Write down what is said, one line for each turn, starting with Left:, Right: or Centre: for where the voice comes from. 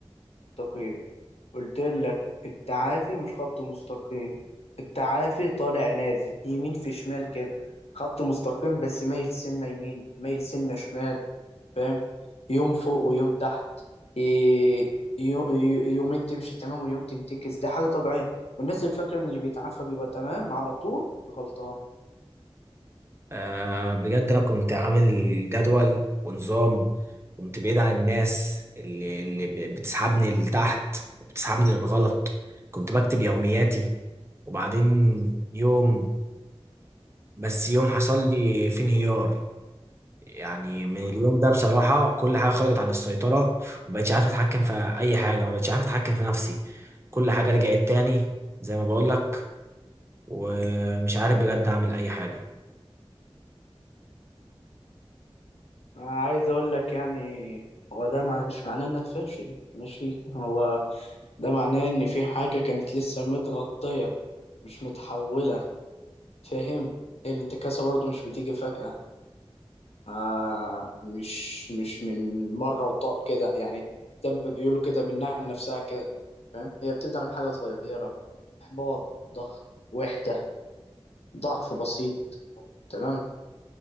Left: مستقيم قلت لك التعافي مش خط مستقيم التعافي طالع نازل يمين في شمال كده خط مستقيم بس مايل سنة يمين مايل سنة شمال فاهم يوم فوق ويوم تحت إيه يو- يو- يومين تمشي تمام ويوم تنتكس دي حاجة طبيعية والناس اللي فاكرة ان اللي بيتعافى بيبقى تمام على طول غلطان
Right: آه بجد انا كنت عامل جدول ونظام كنت بعيد عن الناس اللي, اللي ب- بتسحبني لتحت وبتسحبني للغلط كنت بكتب يومياتي وبعدين يوم بس يوم حصل لي فيه انهيار يعني من اليوم ده بصراحة كل حاجة خرجت عن السيطرة ومبقتش عارف اتحكم في اي حاجة مبقتش عارف اتحكم في نفسي كل حاجة رجعت تاني زي ما بقولك ومش عارف بجد اعمل اي حاجة
Left: عايز اقول لك يعني هو ده مع- مش معناه انك فاشل ماشي هو ده معناه ان في حاجة كانت لسه متغطية مش متحولة فاهم هي الانتكاسة برضو مش بتيجي فجأة آه مش مش من مرة وطاق كده يعني زي ما بيقولوا كده منها لنفسها كده فاهم هي بتبدأ من حاجة صغيرة إحباط ضغط وحدة ضعف بسيط تمام